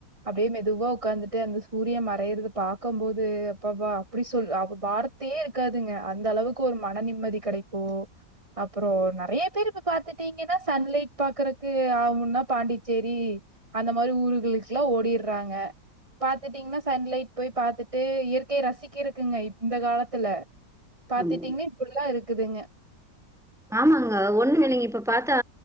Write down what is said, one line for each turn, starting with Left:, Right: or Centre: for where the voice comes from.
Right: அப்டியே மெதுவா உக்காந்துட்டு அந்த சூரிய மறையறது பாக்கம்போது அப்பப்பா எப்டி சொல் அப்ப வார்த்தையே இருக்காதுங்க அந்த அளவுக்கு ஒரு மன நிம்மதி கெடைக்கு அப்புறோ நெறைய பேர் இப்ப பாத்துட்டிங்கனா சன்லைட் பாக்கறக்கு ஆவுன்னா பாண்டிச்சேரி அந்த மாரி ஊர்களுக்ல்லா ஓடீர்றாங்க பாத்துட்டிங்னா சன்லைட் போயி பாத்துட்டு இயற்கைய ரசிக்கருக்குங்க இந்த காலத்துல பாத்துட்டிங்னா
Centre: ஆமாங்க.
Right: இப்புட்ல்லா இருக்குதுங்க
Centre: ஆமாங்க ஒன்னுமில்லங்க இப்ப பாத்தா